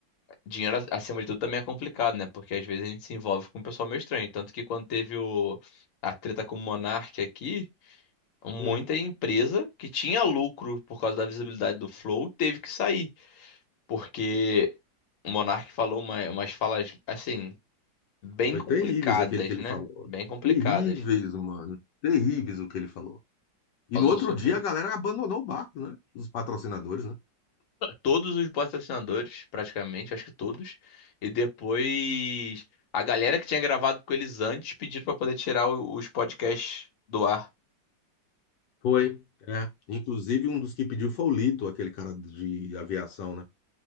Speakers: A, on the left (about 55°); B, on the left (about 75°).
A: dinheiro a- acima de tudo também é complicado, né? Porque às vezes a gente se envolve com um pessoal meio estranho. Tanto que quando teve o, a treta com o Monark aqui, muita
B: Hum.
A: empresa que tinha lucro por causa da visibilidade do Flow teve que sair. Porque o Monark falou uma- umas falas, assim, bem
B: Foi
A: complicadas,
B: terríveis aquele que ele
A: né?
B: falou.
A: Bem complicadas.
B: Terríveis, mano. Terríveis o que ele falou. E
A: Falou
B: no outro
A: sobre.
B: dia a galera abandonou o barco, né? Os patrocinadores, né?
A: todos os patrocinadores, praticamente, acho que todos. E depois a galera que tinha gravado com eles antes pediram pra poder tirar o- os podcasts do ar.
B: Foi. É. Inclusive um dos que pediu foi o Lito, aquele cara de aviação, né?